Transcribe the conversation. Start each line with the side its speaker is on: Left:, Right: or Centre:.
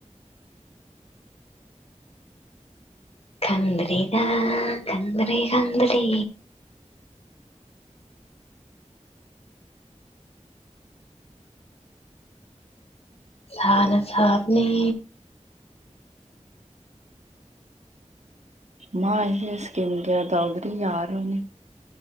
Left: ꯀꯗꯔꯤꯗ ꯀꯟꯗꯔꯤ ꯀꯗꯔꯤ ꯁꯅ ꯁꯥꯕꯅꯤ
Right: ꯃꯥꯏ ꯁꯀꯤꯒꯦꯗ ꯎꯗꯔ ꯌꯔ ꯑꯣꯏꯅꯤ